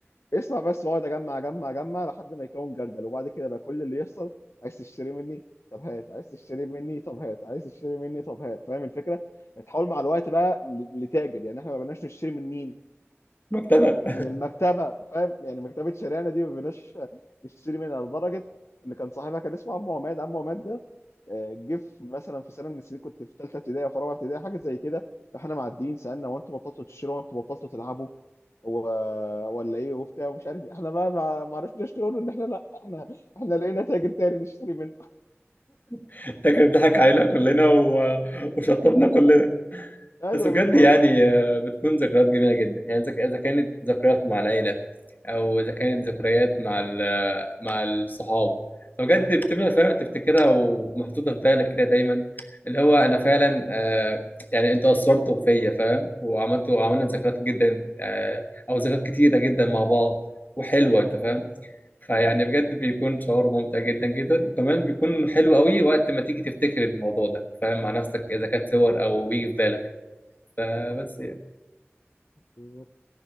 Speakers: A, on the left; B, on the left.
A: اسمع بس واقعد اجمع اجمع اجمع لحد ما يكون جردل وبعد كده بقى كل اللي يحصل عايز تشتري مني طب هات عايز تشتري مني طب هات عايز تشتري مني طب هات فاهم الفكره؟ يعني تحاول مع الوقت بقى ل- لتاجر يعني احنا ما بقناش نشتري من مين؟
B: مكتبه
A: من المكتبه فاهم يعني مكتبه شارعنا دي ما بقيناش نشتري منها لدرجه ان كان صاحبها كان اسمه عمو عماد عمو عماد ده آه، جه في- مثلا في سنه من السنين كنت في ثالثه ابتدائي او في رابعه ابتدائي حاجه زي كده فاحنا معديين سالنا هو انتوا بطلتوا تشتروا هو انتوا بطلتوا تلعبوا هو ولا ايه وبتاع ومش عارف إيه. احنا بقى ما ما عرفناش نقول ان احنا لا احنا احنا لقينا تاجر تاني نشتري منه
B: <laughs> فاكر ضحك علينا كلنا و... وشطبنا كلنا
A: <laughs> ايوه
B: بس بجد
A: بالظبط
B: يعني آه، بتكون ذكريات جميله جدا يعني إذا إذا كانت ذكريات مع العيله او اذا كانت ذكريات مع ال- مع الصحاب فبجد بتبقى فعلا تفتكرها ومحطوطه في بالك كده دايما اللي هو انا فعلا آه يعني انتوا اثرتوا فيا فاهم وعملتوا عملنا ذكريات جدا آه او ذكريات كتيره جدا مع بعض وحلوه انت فاهم
A: ايوه
B: فيعني
A: ايوه
B: بجد بيكون شعور ممتع جدا جدا وكمان بيكون حلو قوي وقت ما تيجي تفتكر الموضوع ده فاهم مع نفسك اذا كانت صور او يجي في بالك فبس
A: بالظبط